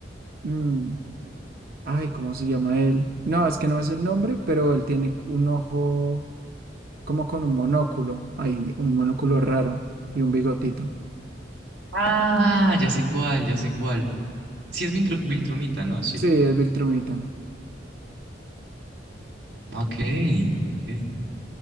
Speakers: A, on the right (about 55°); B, on the right (about 80°).
A: mm, ay, ¿cómo se llama él? No, es que no me sé el nombre, pero él tiene un ojo como con un monóculo, hay un monóculo raro y un bigotito.
B: Ah, ya sé cuál, ya sé cuál. Sí, es Viltru- Viltrumita, ¿no? Sí.
A: Sí, es Viltrumita.
B: Ah, Ok, ok.